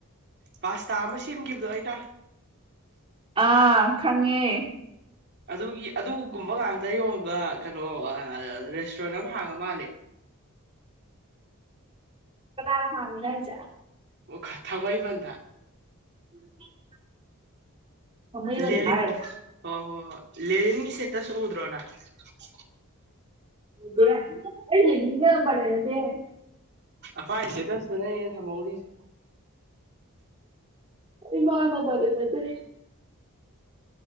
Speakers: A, on the right (about 50°); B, on the right (about 25°).
A: ꯄꯥꯁꯇꯥ ꯑꯃ ꯁꯦꯝꯒꯤꯕꯗꯣ ꯑꯩꯅ
B: ꯑꯥ ꯈꯪꯉꯦ
A: ꯑꯗꯨꯒꯤ ꯑꯗꯨꯒꯨꯝꯕ ꯉꯥꯛꯇ ꯌꯣꯟꯕ ꯀꯩꯅꯣ ꯑꯥ ꯑꯑ ꯔꯦꯁꯇꯨꯔꯦꯟ ꯑꯃ ꯍꯥꯡꯉꯥ ꯃꯥꯂꯦ
B: ꯀꯗꯥꯏꯗ ꯍꯥꯡꯉꯤꯅꯣ ꯍꯥꯏꯖꯦ
A: ꯑꯣ ꯈ ꯊꯥꯡꯃꯩꯕꯟꯗ
B: <inaudible> ꯊꯥꯡꯃꯩꯕꯟꯗ
A: ꯂꯦꯂꯤꯟ
B: ꯍꯥꯏꯔꯣ
A: ꯍꯣ ꯍꯣ ꯍꯣ ꯂꯦꯂꯤꯟ ꯁ꯭ꯇꯦꯇꯁ ꯎꯗ꯭ꯔꯣ ꯅꯪ <unintelligible>
B: <unintelligible> ꯑꯩ ꯂꯦꯂꯤꯟꯒ ꯅꯝꯕꯔ ꯂꯩꯅꯗꯦꯍꯦ
A: ꯑꯐꯥꯏ ꯁ꯭ꯇꯦꯇꯁꯇꯅ ꯍꯦꯟ ꯊꯝꯍꯧꯔꯤꯁꯦ
B: ꯑꯩ ꯃꯥꯒ ꯅꯝꯕꯔ ꯂꯩꯅꯗꯦ